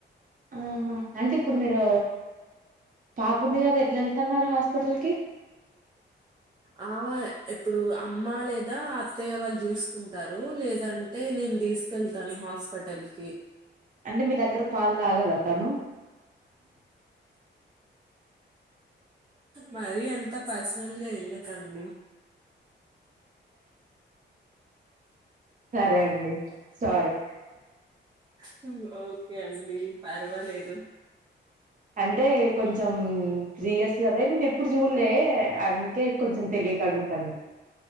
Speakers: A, on the right; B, on the right.
A: ఆహా అంటే ఇప్పుడు మీరు పాప ఉందిగదా యెళ్తన్నారు హాస్పిటల్ కి
B: ఆ ఇప్పుడు అమ్మ లేదా అత్తయ్య వాళ్ళు జూసుకుంటారు లేదంటే నేను తీసుకెళ్తాను హాస్పిటల్ కి
A: అంటే మీ దగ్గర పాలు తాగదా తను
B: మరి అంత తప్పస్ ల్ గా ఎల్లకండి
A: సరే అండి సారీ
B: హు అవు కే అండి పర్వాలేదు
A: అంటే కొంచం త్రీ ఇయర్స్ గదా నేనెప్పుడు జూల్లే అందుకే కొంచెం తెలియకడుగుతాను